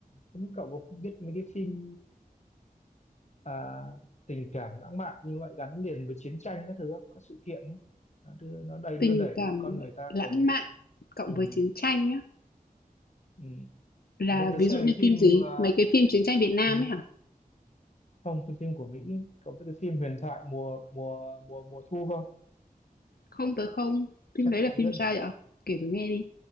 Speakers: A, on the left; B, on the left.
A: không biết cậu có biết mấy cái phim à, tình cảm lãng mạn như vậy gắn liền với chiến tranh các thứ không? có sự kiện ấy nó đưa nó đầy
B: Tình
A: đưa đẩy
B: cảm
A: con người ta
B: lãng
A: thành
B: mạn cộng
A: ừ,
B: với chiến tranh nhá.
A: ừ.
B: Là
A: Ở đây tớ
B: ví
A: xem
B: dụ như
A: cái phim
B: phim gì?
A: à,
B: Mấy cái phim chiến tranh Việt Nam
A: huyền
B: ấy hả?
A: không cái phim của Mỹ có cái phim huyền thoại mùa mùa mùa mùa thu không
B: Không tới không. Phim
A: chắc
B: đấy
A: là
B: là
A: không
B: phim
A: biết
B: sao vậy? Kể tôi nghe đi.